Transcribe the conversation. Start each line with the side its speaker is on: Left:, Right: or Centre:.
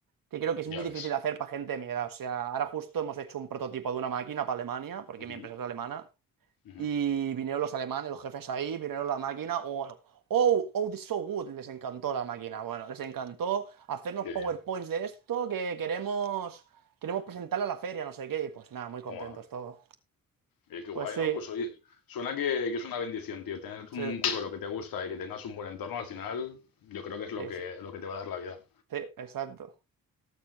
Right: que creo que es
Left: Ya
Right: muy difícil
Left: ves.
Right: de hacer para gente de mi edad. O sea, ahora justo hemos hecho un prototipo de una máquina para Alemania, porque
Left: Ujú,
Right: mi empresa es alemana.
Left: ujú.
Right: Y vinieron los alemanes, los jefes ahí, vinieron la máquina. Oh, oh, oh, this is so good. Les encantó la máquina. Bueno, les encantó hacernos
Left: Qué
Right: PowerPoints
Left: bien.
Right: de esto que queremos, queremos presentarla a la feria, no sé qué. Y pues nada, muy contentos
Left: Toma.
Right: todos.
Left: Oye, qué guay,
Right: Pues sí,
Left: ¿no? Pues oye, suena que, que es una bendición, tío. Tener
Right: sí,
Left: un curro de lo que te gusta y que tengas un buen entorno, al final, yo creo que es lo
Right: sí,
Left: que,
Right: sí,
Left: lo que te va a dar la vida.
Right: sí, exacto.